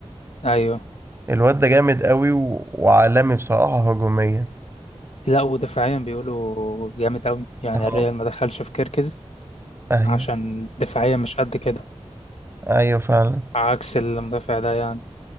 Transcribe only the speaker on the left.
ايوه
لا ودفاعيا بيقولوا جامد قوي يعني
الريال ما دخلش في كيركز
عشان دفاعيا مش قد كده
عكس المدافع ده يعني